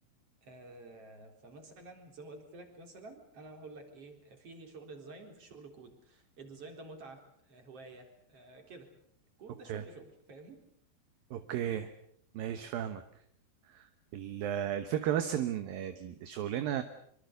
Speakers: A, on the right; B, on the right.
A: آه فمثلا زي ما قلت لك مثلا انا هقول لك ايه في شغل ديزاين وفي شغل كود الديزاين ده متعه آه، هوايه آه كده كود
B: اوكي
A: ده شغل شغل فاهمني
B: اوكي ماشي فاهمك ال- الفكرة بس إن الشغلانة